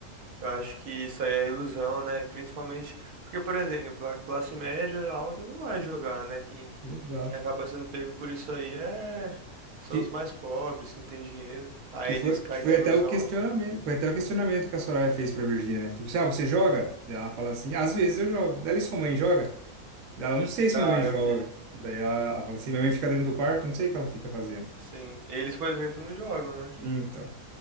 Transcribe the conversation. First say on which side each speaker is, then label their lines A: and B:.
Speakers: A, on the right; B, on the right.
A: Eu acho que isso aí é ilusão, né? Principalmente porque, por exemplo, a classe média alta não vai jogar, né? Quem,
B: Exato.
A: quem acaba sendo pego por isso aí é... são
B: Que,
A: os mais pobres, que não tem dinheiro. Aí
B: que foi,
A: eles caem
B: que foi
A: na ilusão.
B: até o questionamento, foi até o questionamento que a Soraya fez pra Virgínia, né? Tipo assim, ah, você joga? Daí ela fala assim, às vezes eu jogo. Daí ela, e sua mãe joga? Daí ela, não sei se
A: Ah,
B: minha mãe
A: eu
B: joga.
A: vi.
B: Daí ela, ela fala assim, minha mãe fica dentro do quarto, não sei o que ela fica fazendo.
A: Sim. Eles, por exemplo, não jogam, né?
B: Então,